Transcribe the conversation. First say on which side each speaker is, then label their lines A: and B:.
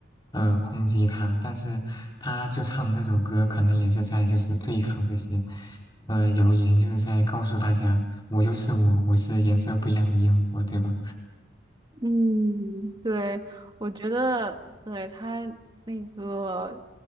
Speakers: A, on the left (about 20°); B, on the right (about 20°).
A: 呃，抨击他。但是他就唱这首歌，可能也是在就是对抗这些，呃，谣言，就是在告诉大家，我就是我，我是颜色不一样的烟火，对吧？
B: 嗯，对，我觉得对他那个，